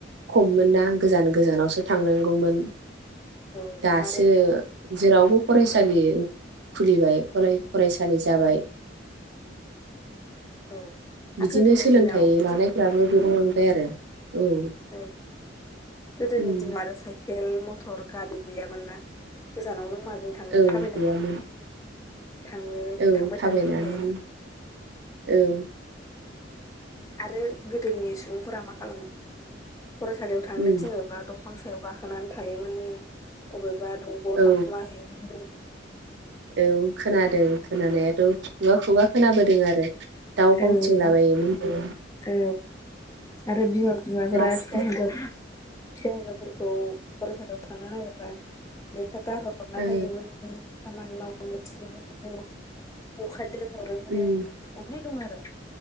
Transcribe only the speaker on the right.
खममोन ना गोजान गोजानावसो थांनांगौमोन
दासो
जेरावबो फरायसालि खुलिबाय फराय फरायसालि जाबाय।
बिदिनो
सोलोंथाइ
लानायफ्राबो गोबां लांबाय आरो औ।
उम
औ गैयामोन।
औ
थाबायनानै
औ।
उम
औ
औ खोनादों खोनानायाथ' खुगा खुगा खोनाबोदों आरो। दाउ गावथिंला
बायोमोन नो।
दासो
ओ
उम